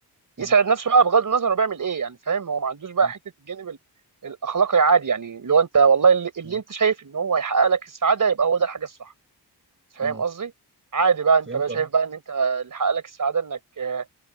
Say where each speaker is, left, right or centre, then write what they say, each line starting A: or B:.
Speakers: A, on the right; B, on the right.
A: مم.
B: يسعد نفسه بقى بغض النظر هو بيعمل ايه يعني فاهم هو ما عندوش بقى
A: مم.
B: حته الجانب ال- الاخلاقي عادي يعني اللي هو انت والله اللي, اللي
A: مم.
B: انت شايف ان هو هيحقق لك السعاده يبقى هو ده الحاجه الصح فاهم
A: مم.
B: قصدي عادي بقى انت
A: فهمت
B: بقى شايف
A: أهو.
B: بقى ان انت اللي حقق لك السعاده انك آه،